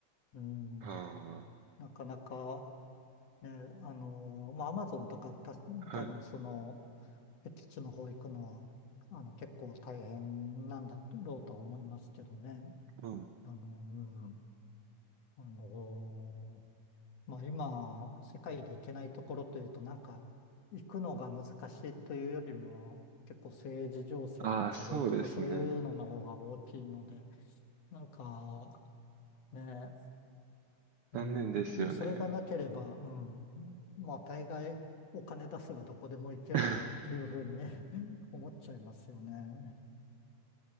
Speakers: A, on the left; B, on the right.
A: うん、
B: あ。あ
A: なかなか、ね、あの、まあアマゾンとかた多分その、
B: あ、はい。
A: 僻地の方行くのは、あの、結構大変なんだろうとは思いますけどね。
B: うん。
A: あの、うん。あのーまあ、今、世界で行けないところというと、なんか、行くのが難しいというよりも、結構政治情勢の都合とかそういうのの方が大きいので、
B: ああ、そうですね。
A: なんか、ね、うん、
B: 残念ですよね。
A: それがなければ、うん、まあ、大概、お金出せばどこでも行けるかなというふうに
B: <laughs>
A: <laughs> 思っちゃいますよね。